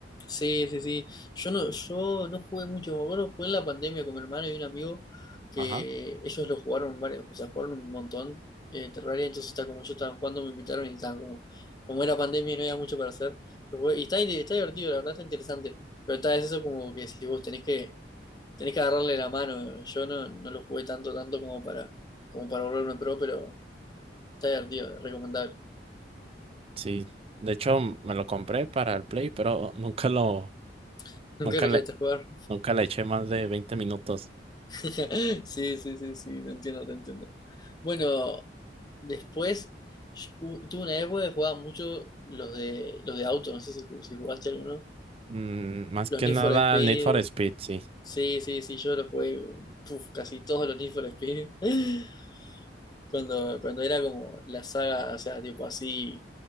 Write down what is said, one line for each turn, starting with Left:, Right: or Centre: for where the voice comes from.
Left: Sí, sí, sí. Yo no, yo no jugué mucho. Me acuerdo, jugué en la pandemia con mi hermano y un amigo que
Right: Ajá.
Left: ellos lo jugaron varios, o sea, jugaron un montón eh, Terraria. Entonces, está como yo estaba jugando, me invitaron y estaba como, como era pandemia y no había mucho para hacer. yo jugué- y está, in- está divertido, la verdad está interesante. Pero está, es eso como que si vos tenés que, tenés que agarrarle la mano. Yo no, no lo jugué tanto, tanto como para, como para volverme pro, pero está divertido, es recomendable.
Right: Sí. De hecho, m- me lo compré para el Play, pero nunca lo,
Left: <laughs> Nunca
Right: nunca
Left: lo
Right: le,
Left: llegaste a jugar.
Right: nunca le eché más de 20 minutos.
Left: <laughs> Sí, sí, sí, sí, te entiendo, te entiendo. Bueno. Después, yo- tuve una época que jugaba mucho los de los de auto, no sé si, si jugaste alguno.
Right: Mm, más
Left: Los
Right: que
Left: Need
Right: nada
Left: for Speed.
Right: al Need for Speed, sí.
Left: Sí, sí, sí, yo los jugué puf, casi todos los Need for Speed. <laughs> Cuando, cuando era como la saga, o sea, tipo así,